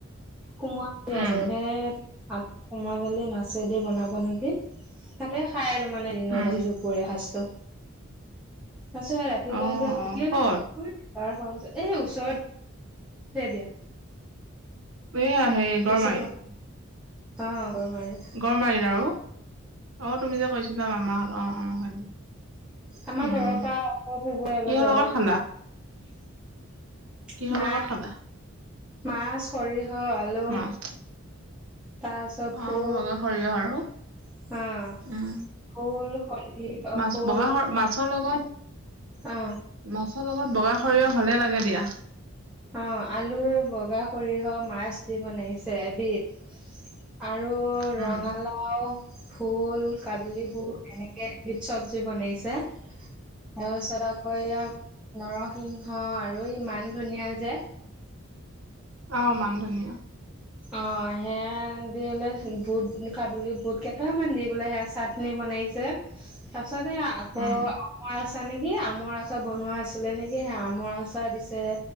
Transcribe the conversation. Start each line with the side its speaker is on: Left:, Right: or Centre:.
Centre: কোমোৱা
Right: উম
Centre: আছে হেট কোমোৰা, দালি মাছেদি বনাব নেকি তাতে খাই আহিলোঁ। মানে দিনত
Right: উম
Centre: যি দুপৰীয়া খাইছিলোঁ তাৰপিছত ৰাত ৰাতিলৈ
Right: অ
Centre: এতিয়া ভুকি
Right: অ ক'ত
Centre: এবাৰ খোৱাৰ পিছত। এই ওচৰত দে দিয়া।
Right: এইয়া হেৰি গড়মাৰিত
Centre: হৈছে নয় অ' গৰ মাৰি।
Right: গড় মাৰিল আৰু অ' তুমি যে কৈছিলা মামাহঁত অ', অ' হয় দিয়া।
Centre: আমাৰ
Right: উম
Centre: ঘৰৰপৰা আকৌ যে অলপ
Right: কিহৰ
Centre: যাব
Right: লগত
Centre: লাগে
Right: খালা কিহৰ
Centre: মাছ,
Right: লগত খালা
Centre: মাছ, সৰিহ আলু।
Right: মাছ
Centre: তাৰপিছত ফুল
Right: অ' বগা সৰিয়হ। আৰু?
Centre: অ
Right: উম।
Centre: ফুল সৰিয়হ অ
Right: মাছ
Centre: ফুল
Right: বগাহৰ মাছ ছৰ লগত
Centre: অ
Right: মাছৰ লগত বগা সৰিয়হ ভালে লাগে দিয়া।
Centre: অ' আলু, বগা সৰিয়হ, মাছ দি বনাইছে এবিধ। আৰু ৰঙালাও
Right: উম।
Centre: ভোল কাবিলি ভোল এনেকে এবিধ চবজি বনাইছে। ছে তাৰপিছত আকৌ এয়া নৰসিংহ আৰু এই মান ধুনীয়া যে
Right: অ' মানধনীয়া।
Centre: অ' সেয়া দি লে বুট কাবিলিবুট কেইটামান দি বোলে সেয়া চাট নি বনাইছে।
Right: <unintelligible>
Centre: তাৰপিছত এ, আকৌ
Right: উম
Centre: আমৰ আমৰ নেকি আমৰ আচাৰ বনোৱা আছিলে নেকি এ, আমৰ আচাৰ দিছে